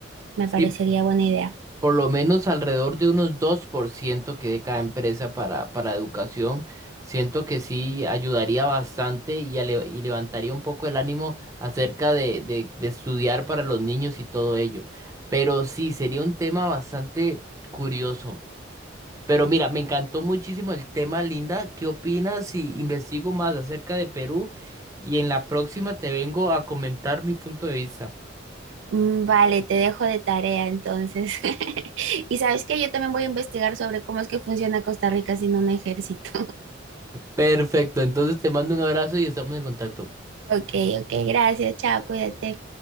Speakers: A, on the right; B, on the right.
A: Me parecería
B: Sí,
A: buena idea.
B: por lo menos alrededor de unos 2% que de cada empresa para, para educación. Siento que sí ayudaría bastante y, ale- y levantaría un poco el ánimo acerca de, de, de estudiar para los niños y todo ello. Pero sí, sería un tema bastante curioso. Pero mira, me encantó muchísimo el tema, Linda. ¿Qué opinas si investigo más acerca de Perú? Y en la próxima te vengo a comentar mi punto de vista.
A: Mm, Vale, te dejo de tarea entonces. <laughs> Y sabes que yo también voy a investigar sobre cómo es que funciona Costa Rica sin un ejército.
B: Perfecto, entonces te mando un abrazo y estamos en contacto.
A: Ok, ok, gracias, chao, cuídate.